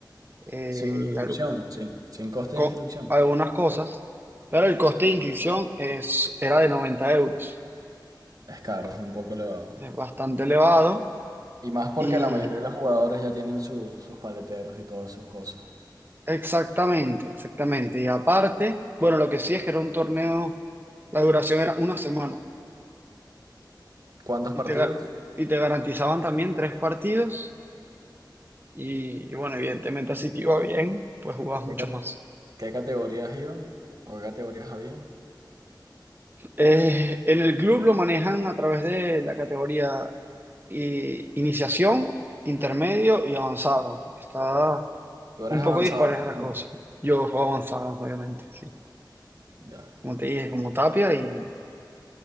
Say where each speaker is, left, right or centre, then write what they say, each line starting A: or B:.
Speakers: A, on the right; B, on the right.
A: eh,
B: Sin inscripción,
A: al-
B: sin, sin coste
A: co-
B: de inscripción.
A: algunas cosas, pero el coste de inscripción es, era de 90 euros,
B: Es caro, es un poco elevado.
A: es bastante elevado,
B: Y más porque
A: y
B: la mayoría de los jugadores ya tienen su- sus paleteros y todas sus cosas.
A: exactamente, exactamente, y aparte, bueno, lo que sí es que era un torneo, la duración era una semana,
B: ¿Cuántos
A: y
B: partidos?
A: te, ga- y te garantizaban también tres partidos Y, y bueno, evidentemente así te iba bien, pues jugabas
B: ¿Qué,
A: muchos
B: ca-
A: más.
B: qué categorías iban? ¿O qué categorías había?
A: Eh, en el club lo manejan a través de la categoría i- iniciación, intermedio y avanzado. Está
B: Tú eres
A: un
B: avanzado.
A: poco dispareja
B: me imagino.
A: la cosa. Yo juego avanzado, obviamente, sí.
B: Ya.
A: Como te dije, como Tapia y